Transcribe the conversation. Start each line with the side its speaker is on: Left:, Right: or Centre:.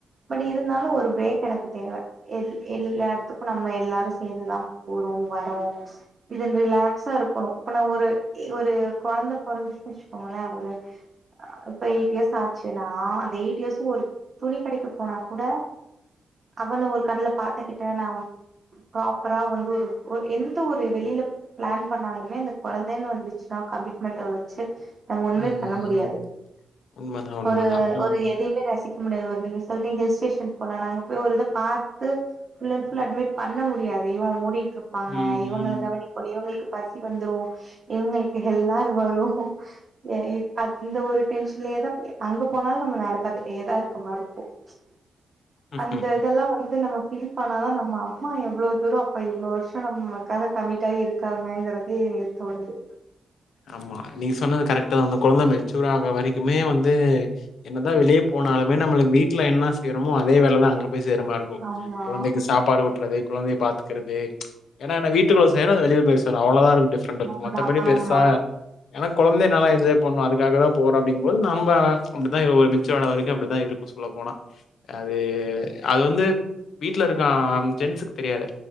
Right: பட் இருந்தாலு ஒரு பிரேக் எனக்கு தேவை எல் எல்லாதுக்கு நம்ம எல்லாரு சேந்து தா போறோ வரோ இது இந்த ரிலாக்ஸா இருக்குணு இப்ப நா ஒரு ஏ ஒரு கொழந்த பொறந்துச்சுன்னு வெச்சுக்கோங்களே ஒரு ஆ இப்ப எயிட் எர்ஸ் ஆச்சுனா அந்த எயிட் எர்ஸ்சும் ஒரு துணி கடைக்கு போனா கூட அவன ஒரு கண்ல பாத்துகிட்டு நா புரோபரா வந்து ஒரு ஒரு எந்த ஒரு வெளில ப்ளான் பண்ணாலுமே அந்த கொழந்தேனு வந்துச்சுனா கமிட்மெண்ட வெச்சு நம் ஒன்னுமே
Left: ம்
Right: பண்ண முடியாது
Left: ம் உண்மதா உண்மதா
Right: ஒரு
Left: ம்
Right: ஒரு எதுயுமே ரசி ம் முடியாது <unintelligible> ஹில்ஸ்டேஷன் போலா நாங்க அங்க போயி ஒரு இத பாத் து ஃபுல் அண்ட் ஃபுல் அட்மிட் பண்ண மு டியாது இவ அவன ஓட்டிட்ருபாங்க
Left: ம்
Right: இவங்கள கவனிக்குள்ளயோ இவுங்குளுக் பசி வந்துரோ இவுங்கள்கு எல்லாரு வரூ எ இவ் அத் இந்த ஒரு டென்ஷ்லேதா அங்க போனாலு நம்ம வேல பாத்துட்டேதா இருக்க மார்ரிக்கோ ச்ச
Left: ம்
Right: அந்த இதெல்லா வந் நம்ம ஃபீல் பண்ணாதா நம்ம அம்மா எவ்ளோ தூரோ அப்ப இவ்ளோ வர்ஷோ நம்மகாக கமிட்டாயி இருகாங்கங்கறதயே தோணுது
Left: ஆமா நீங்க சொன்னது கரெக் அந்த கொழந்த மெச்சூர் ஆகுற வரைகுமே வந்து என்னதா வெளியே போனாலுமே நம்ளுகு வீட்ல என்ன செய்யறோமோ அதே வேலதா அங்கயு போய் சேரமா இருக்கூ
Right: ஆமா
Left: கொழந்தைக்கு சாப்பாடு ஊட்றது கொழந்தைய பாத்து க்கிறது ஏன்னா என்ன வீட்டுகுள்ள எங்னா வெளிய பேசனூ அவ்ளதா இருக்கு ஃப்ரண்டு
Right: ஆமா
Left: மத்தபடி
Right: ஆமா
Left: பெருசு ப ஏன்னா கொழந்தை நல்லா என்ஜாய் பண்ணு அதுகாக தா போறோ அப்டிங்கபோது நம்ம அப்டிதா ஒரு மெச்சுர் வர வரைக்கு அப்டிதா இருக்கு உள்ள போனா அது அது வந்து வீட்ல இருக்க ஜென்ஸுகு தெரியாது